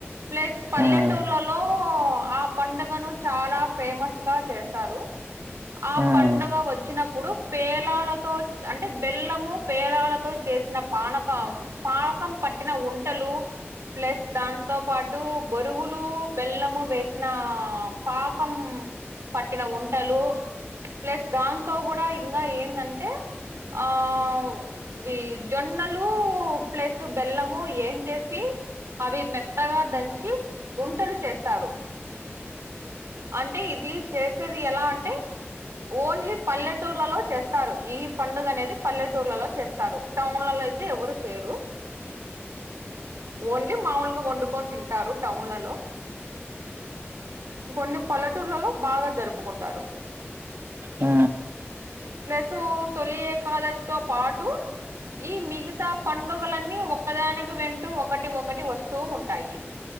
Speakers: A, on the right (about 80°); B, on the right (about 60°).
A: ప్లేస్ పల్లెటూర్లలో
B: మ్మ్.
A: ఆ పండగను చాలా ఫేమస్ గా చేస్తారు ఆ
B: ఇంకా
A: పండగ వొచ్చినప్పుడు పేలాలతో చ్ అంటే బెల్లము పేలాలతో చేసిన పానకం పానకం పట్టిన ఉంటలు ప్లేస్ దాంతో పాటు బొరుగులు బెల్లము వేసిన పాకం పట్టిన ఉంటలు ప్లేస్ దాంతో గూడా ఇంగా ఏందంటే ఆవు వీ జొన్నలు ప్లస్ బెల్లము ఏంచేసి అవి మెత్తగా దంచి గుంటలు చేస్తారు అంటే ఇది చేసేది ఎలా అంటే ఓన్లీ పల్లెట్ ల్లెటూర్లలో చేస్తారు ఈ పండుగనేది పల్లెటూర్లలో చేస్తారు టౌన్లలో అయితే ఎవరు చేయరు ఓన్లీ మాములుగా వండుకొని తింటారు టౌన్లలో కొన్ని పల్లెటూర్లలో బాగా జరుపుకుంటారు
B: ఆ
A: ప్లస్సు తొలి ఏకాదశితో పాటు ఈ మిగతా పండుగలన్నీ ఒక్కదానికి వెంటూ ఒకటి ఒకటి వస్తూ ఉంటాయి